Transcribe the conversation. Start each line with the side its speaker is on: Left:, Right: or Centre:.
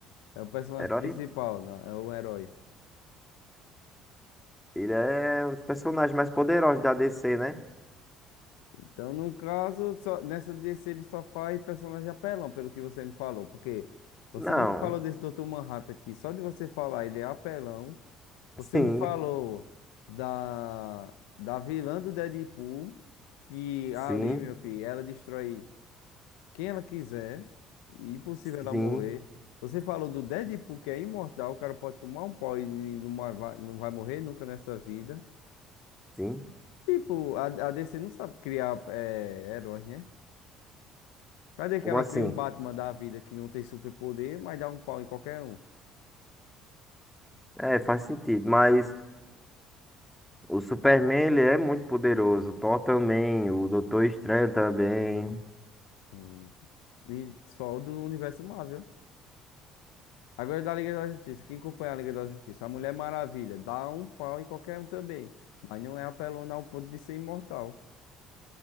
Left: é o personagem
Centre: Herói,
Left: principal, né? É o herói.
Centre: ele é um dos personagens mais poderosos da DC, né?
Left: Então, no caso, só, nessa DC ele só faz personagem apelão, pelo que você me falou. Porque você
Centre: Não.
Left: me falou desse
Centre: <laughs>
Left: doutor Manhattan aqui, só de você falar ele é apelão. Você
Centre: Sim,
Left: me falou da, da vilã do Deadpool, que
Centre: sim,
Left: ali, meu filho, ela destrói quem ela quiser, e impossível
Centre: sim,
Left: ela morrer. Você falou do Deadpool, que é imortal, o cara pode tomar um pau e não vai, não vai morrer nunca nessa vida.
Centre: sim.
Left: Tipo, a, a DC não sabe criar é, heróis, né? Cadê que
Centre: Como
Left: ela
Centre: assim?
Left: cria um Batman da vida que não tem superpoder, mas dá um pau em qualquer um?
Centre: É, faz sentido, mas o Superman, ele é muito poderoso. O Thor também, o Doutor Estranho também.
Left: Hum. E só do universo Marvel. Agora da Liga da Justiça. Quem acompanha a Liga da Justiça? A Mulher Maravilha. Dá um pau em qualquer um também. Mas não é apelona ao ponto de ser imortal.